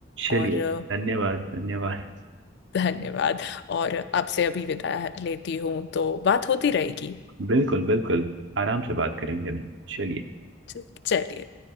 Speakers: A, on the right; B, on the left.
A: चलिए
B: और अ,
A: धन्यवाद धन्यवाद
B: धन्यवाद और आपसे अभी विदा लेती हूँ तो बात होती रहेगी
A: बिल्कुल बिल्कुल आराम से बात करेंगे हम चलिए
B: च- चलिए